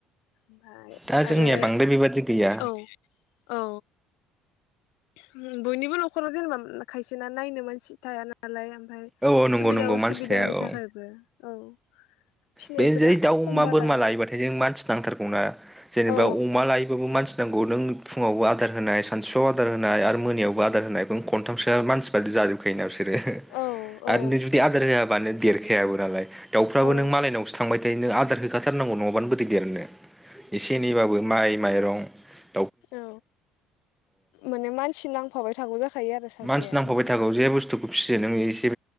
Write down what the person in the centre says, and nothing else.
दा जोंनिया
बांद्राय बेबादि गैया
औ औ नंगौ
नंगौ
मानसि थाया
औ
बे जै दाउ
अमा
बोरमा लायोबाथाय जों मानसि नांथारगौना जेनेबा
अमा लायोबाबो मानसि नांगौ नों फुङावबो आदार होनाय सानसुआव आदार होनाय आरो मोनायावबो आदार होनाय नों खनथामसोआ मानसि बादि जाजोबखायो ना बिस रो
आरो नों जुदि आदार होआबानो देर खेयाबोनालाय। दाउफ्राबो
नों मालायनावसो थांबाय थायो नो आदार हो खाथारनांगौ नङाबानो बोरै देरनो। एसे एनैबाबो माइ माइरं सो
मानसि नांफाबाय
थागौ जे बुस्थुखौ फिसियो नोङो एसे